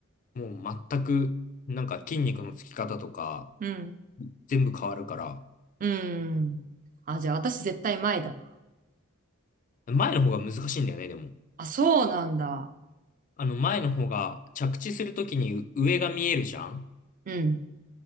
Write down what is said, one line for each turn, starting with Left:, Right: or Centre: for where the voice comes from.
Left: もう全く、なんか筋肉のつき方とか、
Right: うん。
Left: 全部変わるから、
Right: うん。あ、じゃあ私絶対前だな。
Left: 前の方が難しいんだよね、でも。
Right: あ、そうなんだ。
Left: あの、前の方が着地するときにう上が見えるじゃん
Right: うん。